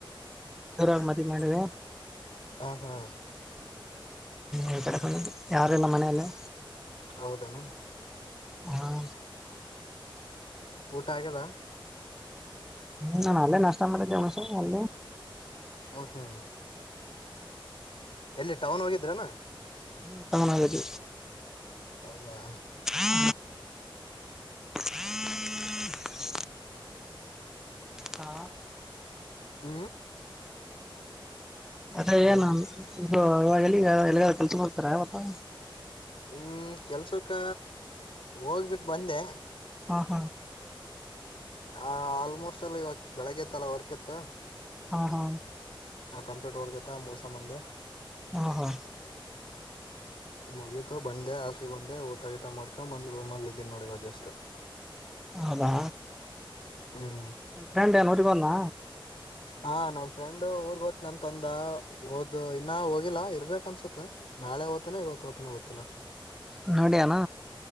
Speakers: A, in the centre; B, on the left (about 75°).
A: ಜರಾಗ ಮತ್ತ ಮಾಡ್ರ
B: ಹ ಹಾ
A: ಈ ಕಡೆ ಯಾರಳ್ಳ ಮನೆಯೆಯಲ್ಲಿ
B: ಹೌದೇನು
A: ಹ
B: ಊಟ ಆಗ್ಯದ
A: ಹ್ಮ್ ನಾನನ್ ಅಲ್ಲೇ ನಷ್ಟ ಮಾಡೆಮಣಸು ಅಲ್ಲೇ
B: ಹ ಹಾ ಎಲ್ಲಿ ಟೌನ್ ಹೋಗಿದ್ರನಾ
A: ಹ್ಮ ತನಿ
B: ಹೌದಾ
A: ಹಾ ಹಾ <unintelligible> ಹಾ
B: ಹ್ಮ್
A: ಅದೇ
B: ಹಲೋ
A: ಏನ್ ಇ ಇವಾಗ ಎಗ ಕೆಲ್ಸ ಮಾಡ್ತಾರ ಅವವತ್ತ
B: ಹ್ಮ್ ಕೆಲ್ಸಕ್ಕ ಹೋಗ್ಬಿಟ್ಟು ಬಂದೆ
A: ಹಾ ಹಾ
B: ಆ ಆಲ್ಮೋಸ್ಟ್ ಎಲ್ಲ ಇವತ್ತು ಬೆಳಗ್ಗೆತ್ತಲ್ಲ ವರ್ಕ್ ಇತ್ತು
A: ಹಾ ಹಾ
B: ಆಂಪ್ಯೂಟರ್ ವರ್ಕ್ ಇತ್ತಮೂಸ ಮಂದೆ
A: ಹಾ ಹಾ
B: ಮುಗೀತು ಬಂದೆ ಆಸ್ಲಿ ಬಂದೆ ಊಟ ಗಿಟ ಮಾಡ್ಕೊಂಡ್ ಬಂದ್ ರೂಮಲ್ಲಿ ಇದೀನಿ ನೋಡಿವ ಜಸ್ಟ್
A: ಹೌದಾ
B: ಹ್ಮ್
A: ನಿಮ ಫ್ರೆಂಡ್ ಏನೋರಗ ಒಂದ
B: ಹ ನಮ್ ಫ್ರೆಂಡ್ ಊರ್ಗ್ ಓತ್ನ ಅಂತಂತಂದ ಓದದು ಇನ್ನ ಹೋಗಿಲ್ಲಾ ಇರ್ಬೇಕ ಅನ್ಸುತ್ತ ನಾಳೆ ಓತನ ಇವತ್ತು ಓ್ತ ಗೊತ್ತಿಲ್ಲ
A: ನೋಡಿಯಾನ